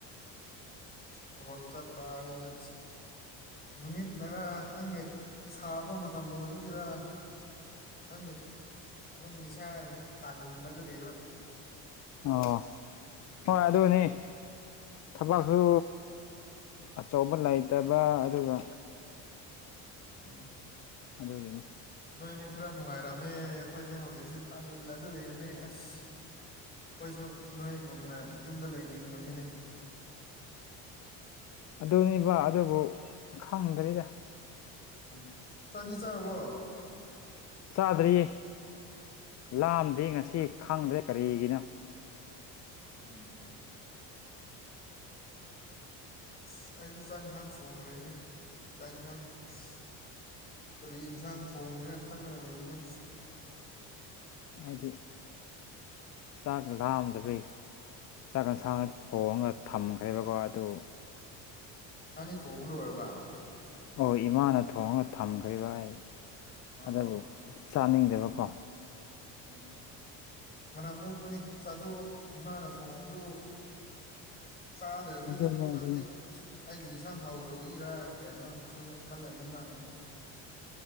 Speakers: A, on the left (about 25°); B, on the left (about 45°).
A: ꯊꯕꯛ ꯆꯠꯄ ꯑꯥꯏꯖꯦ ꯅꯨꯃꯤꯠꯅꯔꯥ ꯈꯪꯗꯦ ꯁꯥꯕ ꯃꯇꯝ ꯑꯣꯏꯕꯒꯤꯔ ꯈꯪꯗꯦ ꯑꯗꯨꯝ ꯏꯁꯥꯒꯁꯨ ꯇꯥꯜꯂꯒ ꯂꯩꯕ
B: ꯑꯣ ꯍꯣꯏ ꯑꯗꯨꯅꯤ ꯊꯕꯛꯁꯨ ꯑꯆꯧꯕ ꯂꯩꯇꯕ ꯑꯗꯨꯒ
A: ꯎꯝ
B: ꯑꯗꯨꯒꯤꯅꯤ
A: ꯅꯣꯏꯅꯤ ꯈꯔ ꯅꯨꯡꯉꯥꯏꯔꯝꯃꯦ ꯑꯈꯣꯏꯁꯦ ꯍꯧꯖꯤꯛꯁꯦ ꯇꯜꯂꯒ ꯂꯩꯔꯝꯃꯦ ꯑꯁ ꯑꯈꯣꯏꯁꯨ ꯅꯣꯏꯒꯨꯝꯅ ꯌꯨꯝꯗ ꯂꯩꯅꯤꯡꯕꯅꯤꯅꯦ
B: ꯑꯗꯨꯅꯤꯕ ꯑꯗꯨꯕꯨ ꯈꯪꯗ꯭ꯔꯤꯗ
A: ꯎꯝ ꯆꯥꯛꯗꯤ ꯆꯥꯔꯕꯣ
B: ꯆꯥꯗ꯭ꯔꯤ
A: ꯎꯝ
B: ꯂꯥꯝꯗꯤ ꯉꯁꯤ ꯈꯪꯗ꯭ꯔꯦ ꯀꯔꯤꯒꯤꯅꯣ
A: ꯎꯝ ꯑꯁ ꯑꯩꯁꯨ ꯆꯥꯛ ꯏꯟꯁꯥꯡ ꯊꯣꯡꯈ꯭ꯔꯦꯅꯦ ꯆꯥꯛ ꯏꯟꯁꯥꯡ ꯑꯁ ꯀꯔꯤ ꯏꯟꯁꯥꯡ ꯊꯣꯡꯁꯤꯔ ꯈꯜꯂꯒ ꯂꯩꯝꯅꯦ
B: ꯑꯩꯗꯤ ꯆꯥꯛ ꯂꯥꯝꯗꯕꯩ ꯆꯥꯛꯀ
A: ꯎꯝ
B: ꯁꯥꯡꯒ ꯊꯣꯡꯉꯒ ꯊꯝꯈ꯭ꯔꯦꯕꯀꯣ ꯑꯗꯨ
A: ꯅꯪꯅꯤ ꯊꯣꯡꯕ ꯂꯣꯏꯔꯕ
B: ꯑꯣ ꯏꯃꯥꯅ ꯊꯣꯡꯉꯒ ꯊꯝꯈ꯭ꯔꯦꯕ ꯑꯩ
A: ꯑꯣ
B: ꯑꯗꯨꯕꯨ ꯆꯥꯅꯤꯡꯗꯕꯀꯣ
A: ꯎꯝ ꯃꯔꯝ ꯑꯣꯛꯄꯅꯤ ꯆꯥꯊꯣꯛꯑꯣ ꯏꯃꯥꯅ ꯊꯣꯡꯕꯗꯨꯕꯨ ꯆꯥꯗ꯭ꯔꯕꯤꯗ
B: ꯑꯗꯨꯅꯦ
A: ꯊꯝꯅꯕꯗꯤ
B: ꯑꯗꯨꯅꯦ
A: ꯑꯁ ꯑꯩꯒꯤ ꯏꯟꯁꯥꯡ ꯍꯥꯎꯇꯕꯒꯤꯔ ꯀꯩꯅꯣ ꯈꯜꯂ ꯈꯜꯂꯅꯤ ꯃꯥꯅ